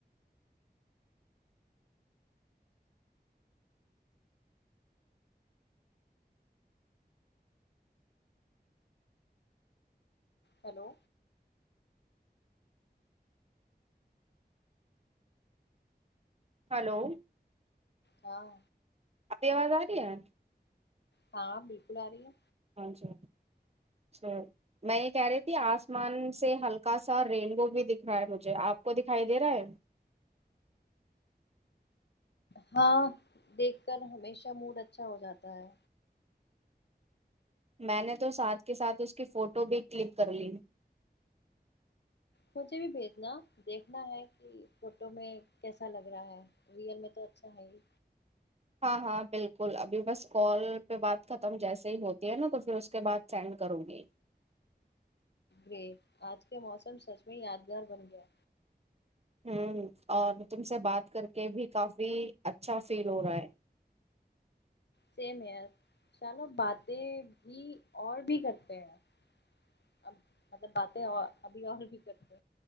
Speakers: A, on the left; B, on the right.
A: ہیلو
B: ہلو
A: ہاں
B: اپپی آواز آ رہی ہےی
A: ہاں بالکل آ رہی ہے
B: ہاں جی سر میں یہ کہہ رہی تھی آسمان سے ہلکا سا رینو بھی دکھ رہا ہے مجھے آپ کو دکھائی دے رہا ہے
A: ہاں دیکھ کر ہمیشہ موڈ اچھا ہو جاتا ہے
B: میں نے تو ساتھ کے ساتھ اس کی فوٹو بھی کلک کر لی
A: مجھے بھی بھیجنا دیکھنا ہے کہ فوٹو میں کیسا لگ رہا ہے ریئل میں تو اچھا ہے ہی
B: ہاں ہاں بالکل ابھی بس کال پہ بات ختم جیسے ہی ہوتی ہے نا تو پھر اس کے بعد سینڈ کروں گی
A: گے آج کے موسم سچ میں یادگار بن گیا
B: ہ اور تم سے بات کر کے بھی کافی اچھا فیل ہو رہا ہے
A: سیم ہے چانو باتیں بھی اور بھی کرتے ہیں اب مطلب باتیں اور ابھی اور بھی کرتے